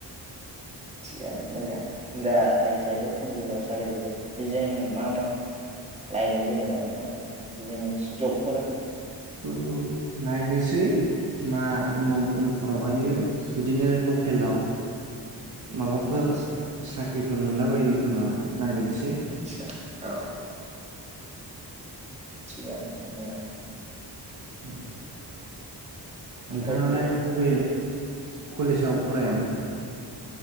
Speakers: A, on the right (about 15°); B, on the right (about 45°).
A: थिगानो मोजाङानो दा आइ टि आइ ट कमप्लिट सार्टिफिकेट बेजों मा मा लायगोन जेनेबा नोंथाङा बेजों
B: खौ नायनोसै मा उनाव उनफोरावहायो बिदिनो लकेलाव माबाफोर
A: आदसा
B: साख्रिफोर मोनलाबायो खोमा नागिरसै। <inaudible>
A: आदसा औ थिगानो नोथांना।
B: उम नोंथाङालाय
A: ओमफ्रायथ'
B: बबे कलेजाव फरायामोन